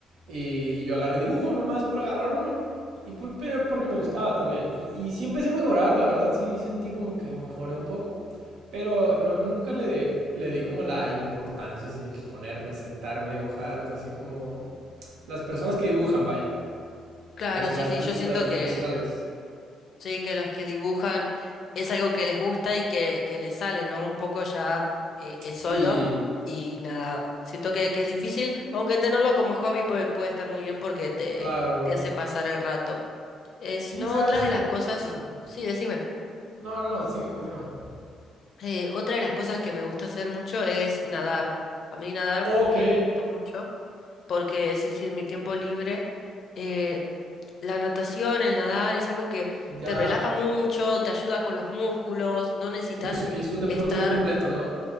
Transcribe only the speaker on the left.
Claro,
sí,
sí, yo siento que
sí, que los que dibujan es algo que les gusta y que, que les sale, ¿no? Un poco ya eh, es
solo y nada, siento que, que es difícil, aunque tenerlo como hobby puede, puede estar muy bien porque te,
te hace pasar el rato. Eh, si
no,
otra
de las cosas,
sí, decime,
Eh, otra de las cosas que me gusta hacer mucho es nadar. A mí nadar
eh, me gusta mucho. porque sí, sí, en mi tiempo libre, eh, la natación, el nadar es algo que
te relaja mucho, te ayuda con los músculos, no necesitas
estar,